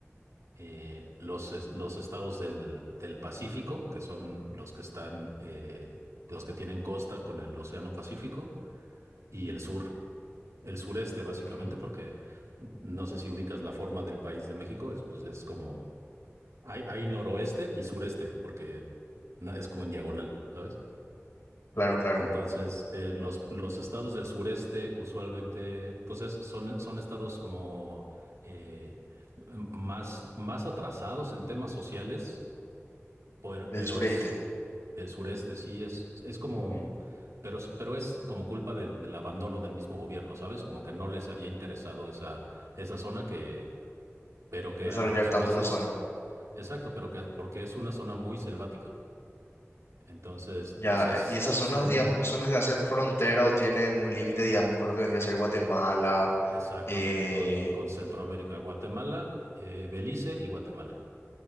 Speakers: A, on the right (about 85°); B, on the left (about 60°).
A: eh, los, es- los estados del, del Pacífico, que son los que están, eh, los que tienen costa con el Océano Pacífico, y el sur, el sureste básicamente,
B: ujú,
A: porque no sé si ubicas la forma del país de México, es, pues es como, hay, hay noroeste y sureste, porque na- es como en diagonal, ¿sabes?
B: claro, claro,
A: Entonces, eh, los,
B: pues,
A: los estados del sureste usualmente, pues es- son, son estados como eh, más, más atrasados en temas sociales, por-
B: del
A: pero,
B: sureste.
A: es del sureste, sí, es, es como,
B: ujú,
A: pero, es- pero es como culpa del, del abandono del mismo gobierno, ¿sabes? Como que no les había interesado esa, esa zona que, pero que
B: Desarrollar
A: a, a su
B: tanto
A: vez
B: esa
A: es,
B: zona.
A: exacto, pero que porque es una zona muy selvática. Entonces,
B: Ya,
A: pues es,
B: eh, y esas
A: son
B: zonas, digamos, que son las que hacen frontera o tienen un límite, digamos, con lo que vendría a ser Guatemala,
A: Exactamente,
B: eh,
A: con, con Centroamérica, Guatemala, eh, Belice y Guatemala.